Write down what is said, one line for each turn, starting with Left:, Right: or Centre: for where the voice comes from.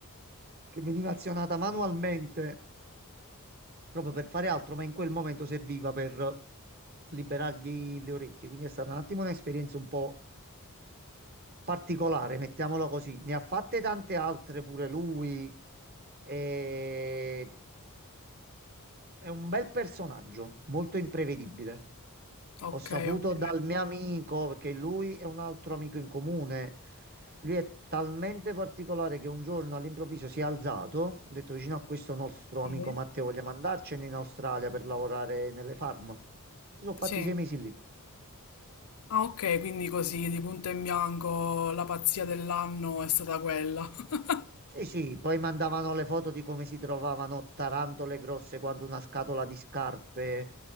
Right: che veniva azionata manualmente proprio per fare altro, ma in quel momento serviva per liberargli le orecchie. Quindi è stata un attimo un'esperienza un po' particolare, mettiamola così. Ne ha fatte tante altre pure lui. E... È un bel personaggio, molto imprevedibile.
Left: Ok,
Right: Ho saputo
Left: ok.
Right: dal mio amico, perché lui è un altro amico in comune. Lui è talmente particolare che un giorno all'improvviso si è alzato, ha detto vicino a questo nostro amico
Left: Sì.
Right: Matteo, vogliamo andarcene in Australia per lavorare nelle farm. Si sono fatti
Left: Sì.
Right: sei mesi lì.
Left: Ah, ok, quindi così di punto in bianco la pazzia dell'anno è stata quella. <laughs>
Right: Sì, sì, poi mandavano le foto di come si trovavano tarantole grosse quanto una scatola di scarpe